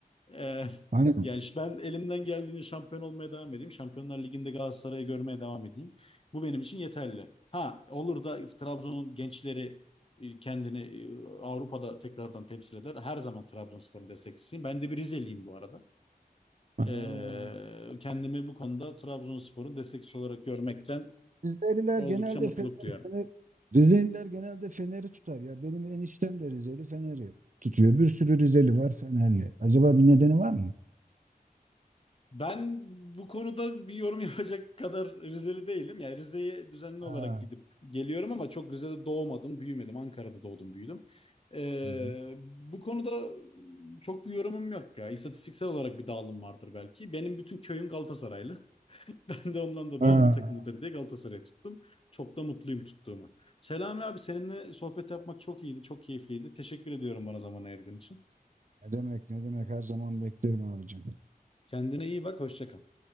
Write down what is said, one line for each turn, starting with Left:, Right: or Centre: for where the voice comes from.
Left: Ee,
Right: Aynen.
Left: yani işte ben elimden geldiğince şampiyon olmaya devam edeyim. Şampiyonlar Ligi'nde Galatasaray'ı görmeye devam edeyim. Bu benim için yeterli. Ha olur da Trabzon'un gençleri e, kendini e, Avrupa'da tekrardan temsil eder. Her zaman Trabzonspor'un destekçisiyim. Ben de bir Rizeliyim bu arada.
Right: Ha.
Left: Ee, kendimi bu konuda Trabzonspor'un destekçisi olarak görmekten
Right: Rizeliler
Left: oldukça
Right: genelde
Left: mutluluk
Right: Fener,
Left: duyarım.
Right: Fener- Rizeliler genelde Fener'i tutar ya. Benim eniştem de Rizeli Fener'i tutuyor. Bir sürü Rizeli var Fenerli. Acaba bir nedeni var mı?
Left: Ben bu konuda bir yorum <laughs> yapacak kadar Rizeli değilim. Yani Rize'ye düzenli
Right: Ha.
Left: olarak gidip geliyorum ama çok Rize'de doğmadım, büyümedim. Ankara'da doğdum, büyüdüm. Ee,
Right: Hı hı.
Left: bu konuda çok bir yorumum yok ya. İstatistiksel olarak bir dağılım vardır belki. Benim bütün köyüm Galatasaraylı. <laughs> Ben de ondan da
Right: Ha,
Left: babamın takımıdır diye Galatasaray'ı tuttum. Çok da mutluyum tuttuğuma. Selami abi seninle sohbet yapmak çok iyiydi, çok keyifliydi. Teşekkür ediyorum bana zaman ayırdığın için.
Right: ne demek ne demek her zaman beklerim abicim.
Left: Kendine iyi bak, hoşça kal.